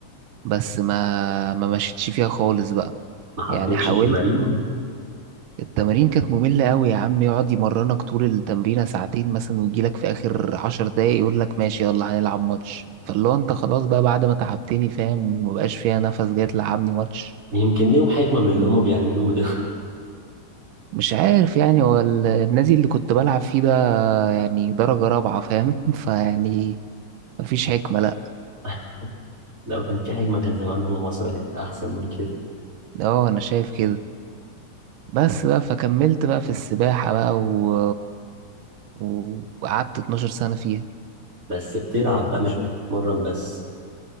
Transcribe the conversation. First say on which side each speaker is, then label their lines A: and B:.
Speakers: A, on the right (about 80°); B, on the right (about 25°).
A: بس ما ما مشيتش فيها خالص بقى
B: ما حبيتش
A: يعني حاولت
B: التمارين
A: التمارين كانت مملة قوي يا عم يقعد يمرنك طول التمرينة ساعتين مثلا ويجيلك في آخر عشر دقايق يقول لك ماشي يلا هنلعب ماتش فاللي هو انت خلاص بقى بعد ما تعبتني فاهم ومبقاش فيها نفس جاي تلعبني ماتش
B: يمكن ليهم حكمة من اللي هما بيعملوه ده
A: مش عارف يعني هو ال- النادي اللي كنت بلعب فيه ده يعني درجة رابعة فاهم <laughs> فيعني مفيش حكمة لأ
B: <laughs> لو كان في حكمة كان زمانهم وصلوا حتة أحسن من كده
A: اه أنا شايف كده بس بقى فكملت بقى في السباحة بقى و... و- وقعدت 12 سنة فيها
B: بس بتلعب بقى مش بتتمرن بس